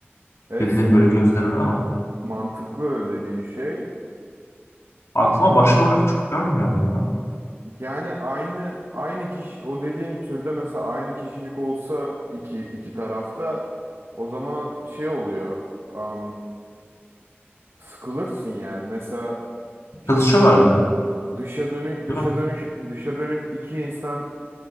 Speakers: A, on the right; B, on the left.
A: Evet
B: Dedenin
A: senin
B: böyle
A: de
B: gözlerine ama
A: mantıklı dediğin şey
B: aklıma
A: ama
B: başka örnek çok gelmiyor ama ya.
A: yani aynı aynı kişi o dediğin türde mesela aynı kişilik olsa iki iki tarafta o zaman şey oluyor. am, sıkılırsın yani. Mesela işte
B: Kızışıyorlar
A: dışa dö-
B: bile.
A: dışa dönük dışa
B: Değil mi?
A: dönüş dışa dönük iki insan